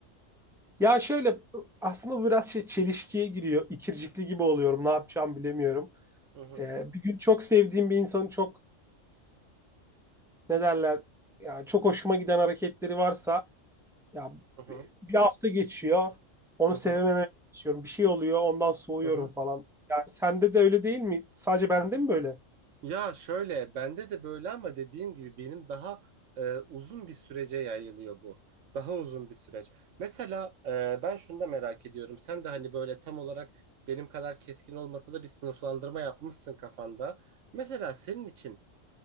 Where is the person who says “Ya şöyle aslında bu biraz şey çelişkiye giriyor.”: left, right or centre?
Centre